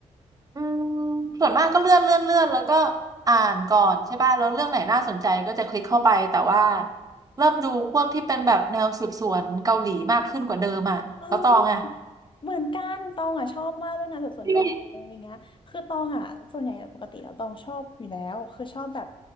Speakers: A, on the right; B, on the left.
A: อืมส่วนมากก็เลื่อนเลื่อนเลื่อนแล้วก็อ่านก่อนใช่ป่ะแล้วเรื่องไหนน่าสนใจก็จะคลิกเข้าไปแต่ว่าเริ่มดูพวกที่เป็นแบบแนวสืบสวนเกาหลีมากขึ้นกว่าเดิมอะแล้วตองอะ
B: เออเหมือนกันตองอะชอบมากเลยนะสืบสวนเกาหลีอะไรอย่างเงี้ยคือตองอะส่วนใหญ่ปกติแล้วตองชอบอยู่แล้วคือชอบแบบ
A: ใช่